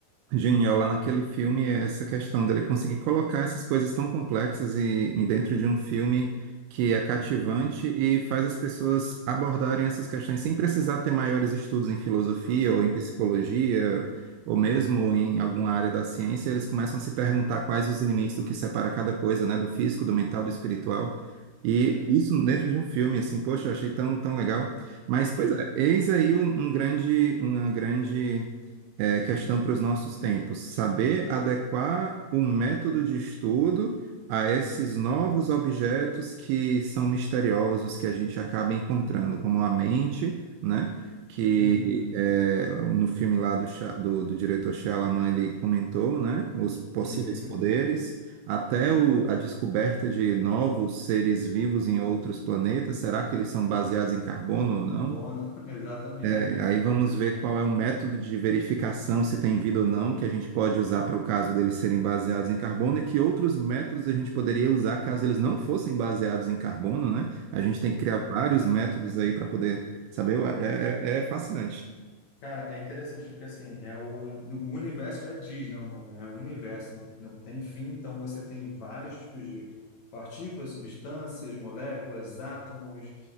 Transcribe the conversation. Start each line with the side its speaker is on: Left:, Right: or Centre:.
Right: genial lá naquele filme é essa questão dele conseguir colocar essas coisas tão complexas e, e dentro de um filme que é cativante e faz as pessoas abordarem essas questões sem precisar ter maiores estudos em filosofia ou em psicologia ou mesmo em alguma área da ciência, eles começam a se perguntar quais os limites do que separa cada coisa, né, do físico, do mental, do espiritual. E
Left: Sim.
Right: isso dentro de um filme, assim, poxa, eu achei tão, tão legal. Mas, pois
Left: E-
Right: é, eis aí um um grande, uma grande é questão para os nossos tempos. Saber adequar o método de estudo a esses novos objetos que são misteriosos, que a gente acaba encontrando, como a mente, né? Que
Left: Uhum,
Right: é, no filme lá do, Sha- do, do diretor Shyamalan ele comentou, né? Os possíveis
Left: uhum.
Right: poderes, até o- a descoberta de novos seres vivos em outros planetas. Será que eles são baseados em carbono ou não?
Left: Carbono, <laughs> exatamente.
Right: É, aí vamos ver qual é o método de verificação, se tem vida ou não, que a gente pode usar para o caso deles serem baseados em carbono e que outros métodos a gente poderia usar caso eles não fossem baseados em carbono, né? A gente tem que criar vários métodos aí para poder saber. Ué, É, é- é fascinante.
Left: Cara, é interessante porque assim, é o, o universo já diz, né, o nome, né? É o universo, não, não tem fim, então você tem vários tipos de partículas, substâncias, moléculas, átomos,